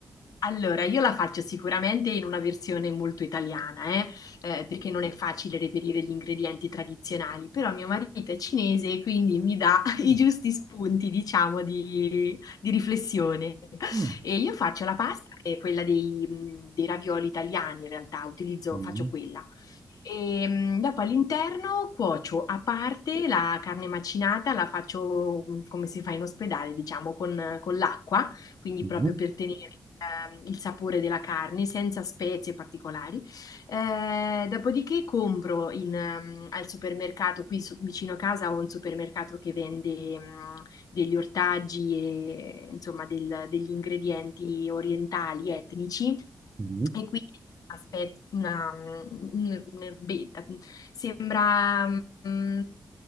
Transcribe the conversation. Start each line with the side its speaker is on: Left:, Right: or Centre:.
Left: Allora, io la faccio sicuramente in una versione molto italiana, eh, eh, perché non è facile reperire gli ingredienti tradizionali, però mio marito è cinese e quindi mi dà <laughs> i
Right: Mm.
Left: giusti spunti, diciamo, di, di riflessione.
Right: Mm.
Left: E io faccio la pasta, che è quella dei, mh, dei ravioli italiani, in realtà, utilizzo,
Right: Mm.
Left: faccio quella. E mh, dopo all'interno cuocio a parte la carne macinata, la faccio mh, come si fa in ospedale, diciamo, con, con l'acqua, quindi
Right: Mm.
Left: proprio per tenere ehm, il sapore della carne senza spezie particolari. Eh, dopodiché compro in, ehm, al supermercato, qui so- vicino a casa ho un supermercato che vende mh, degli ortaggi e insomma del- degli ingredienti orientali, etnici.
Right: Mm.
Left: E quindi aspetta, una, un- un'erbetta, sembra mm,